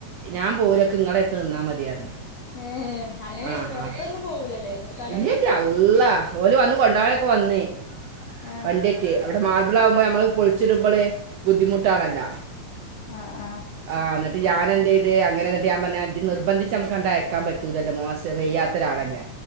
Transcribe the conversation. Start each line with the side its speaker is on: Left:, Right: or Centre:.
Right: ഞാൻ പോവൂല ഇക്ക് ഇങ്ങളെടുത്ത് നിന്നാൽ മതിയായിരുന്നു
Left: ഏ അങ്ങനെ
Right: ആഹ്
Left: വെറുതൊന്നും
Right: ആഹ്
Left: പോവൂലല്ലേ നിക്കാനൊന്നും
Right: ഇല്ലില്ല അല്ലാഹ് ഓലി വന്ന് കൊണ്ടപോനൊക്കെ വന്ന്
Left: ആഹ്
Right: വണ്ടി് മേ അവിടെ മാർബിൾ ആകുമ്പോ നമ്മള് പൊളിച്ചിടുമ്പോള് ബുദ്ധിമുട്ടണല്ല
Left: ആഹ് ആഹ്
Right: ആഹ് എന്നിട്ട് ഞാനെന്ത് ചെയ്ത് അങ്ങനെ എന്നിട്ട് ഞാൻ പറഞ്ഞു ഇത് നിബന്ദിച്ച് നമുക്ക്ണ്ട അയക്കാ പറ്റില്ലല്ലോം മോശ വെയ്യാൽ രാളല്ലേ